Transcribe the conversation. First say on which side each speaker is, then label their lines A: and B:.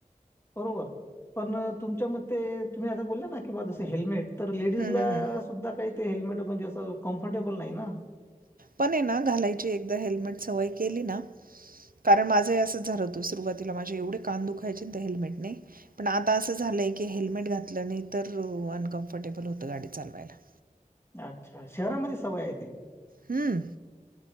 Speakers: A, on the left; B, on the right.
A: बरोबर पण तुमच्या मते तुम्ही आता बोलला ना कि बा जस हेल्मेट तर लेडीजला
B: हं, हं, हं.
A: सुद्धा काही ते हेल्मेट म्हणजे असं कम्फर्टेबल नाही ना
B: पण ना घालायची एकदा हेल्मेट सवय केली ना कारण माझं असं झालं होतं सुरुवातीला माझे एवढे कान दुखायचे हेल्मेट नाही पण आता असं झा मला एक हेल्मेट घातलं नाही तर अनकम्फर्टेबल होतं गाडी चालवायला
A: अच्छा शहरामध्ये सवय आहे ती
B: हम्